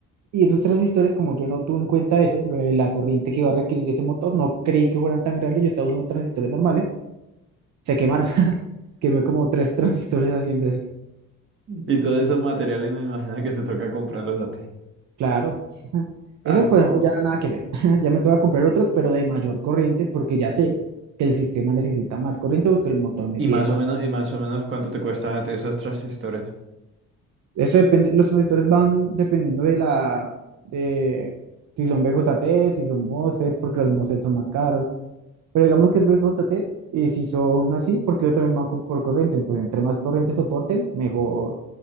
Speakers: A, on the right; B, on the right.
A: Y esos transistores, como yo no tuve en cuenta eso, lo de la corriente que iba a requerir ese motor, no creí que fueran tan grandes, yo estaba usando transistores normales, se quemaron. <laughs> Quemé como tres transistores haciendo eso.
B: Mm. Y todos esos materiales me imagino que te toca comprarlos a ti.
A: Claro. <laughs>
B: Ah,
A: Esos,
B: no.
A: por ejemplo, ya nada que hacer. <laughs> Ya me tengo que comprar otros, pero de mayor corriente, porque ya sé que el sistema necesita más corriente porque el motor me
B: Y
A: pide
B: más
A: más.
B: o menos, y más o menos cuánto te cuestan a ti esos transistores.
A: Eso depende, los transistores van dependiendo de la, de si son BJT, si son MOSFET, porque los MOSFET son más caros. Pero digamos que es BJT y si son así, porque yo también banco por corriente, pues entre más corriente soporten, mejor,